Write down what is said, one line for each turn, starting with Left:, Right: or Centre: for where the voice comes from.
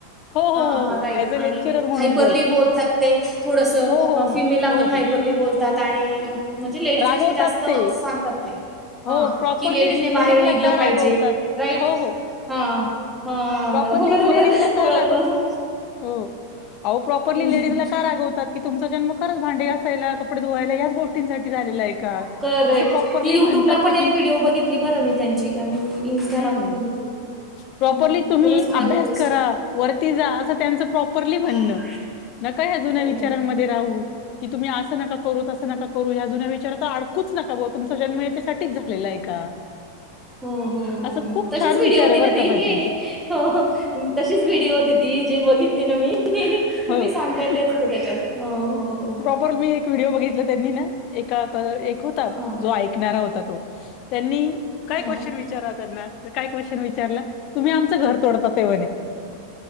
Left: हो हो
Centre: हा
Left: हो
Centre: हा
Left: हो
Centre: राईट
Left: ऍज
Centre: आणि
Left: अ लेक्चरर म्हणून
Centre: हायपरली बोलतात ते थोडसं
Left: हो हो हो
Centre: फिमेलला पण
Left: हो
Centre: हायपरली
Left: हो
Centre: बोलतात आणि म्हणजे लेडीज
Left: रागवतात
Centre: विषयी जास्त
Left: ते
Centre: सांगतात ते हा
Left: हो प्रॉपरली
Centre: की लेडीजने
Left: लेडीजला
Centre: बाहेर निघलं
Left: का
Centre: पाहिजे
Left: रागवतात
Centre: वय तेच
Left: हो हो
Centre: हा हा
Left: प्रॉपरली
Centre: बरोबर
Left: लेडीजला का
Centre: ओळखलं
Left: रागव हो आहो प्रॉपरली
Centre: हं,
Left: लेडीजला
Centre: हं.
Left: का रागवतात की तुमचा जन्म खरच भांडे घासायला कपडे धुवायला याच गोष्टींसाठी झालेला आहे का
Centre: करेक्ट
Left: असं प्रॉपरली
Centre: ते युट्यूबला
Left: म्हणतात
Centre: पण
Left: ते
Centre: एक
Left: की
Centre: व्हिडिओ बघितली बरं मी त्यांची आणि इन्स्टाला
Left: हम्म
Centre: पण बघितली
Left: प्रॉपरली
Centre: हं.
Left: तुम्ही
Centre: खरंच माणूस
Left: अभ्यास
Centre: बेस्ट
Left: करा
Centre: आहे.
Left: वरती जा असं त्यांच प्रॉपरली
Centre: हां.
Left: म्हणणं न का या जुन्या
Centre: खरं
Left: विचारांमध्ये
Centre: आहे.
Left: राहू की तुम्ही असं नका करू तसं नका करू या जुन्या विचारात तर अडकूच नका बाबा तुमचा जन्म यासाठीच झालेला आहे का
Centre: <inaudible> हो हो हो
Left: असं
Centre: हो
Left: खूप
Centre: तशीच
Left: छान विचार
Centre: व्हिडिओ होती
Left: आहे बरं
Centre: ना
Left: का
Centre: ते
Left: पण त्यांचे.
Centre: हो हो तशीच व्हिडिओ होती ती जी बघितली ना मी तुम्ही
Left: हो.
Centre: सांगताय तेच होतं त्याच्यात हो हो
Left: परत मी एक व्हिडिओ बघितला त्यांनी ना एका क एक होता
Centre: हां,
Left: जो ऐकणारा होता तो त्यांनी काय
Centre: हां.
Left: क्वेशन विचा राव त्यांना काय क्वेशन विचारला तुम्ही आमचं घर तोडता ते म्हणे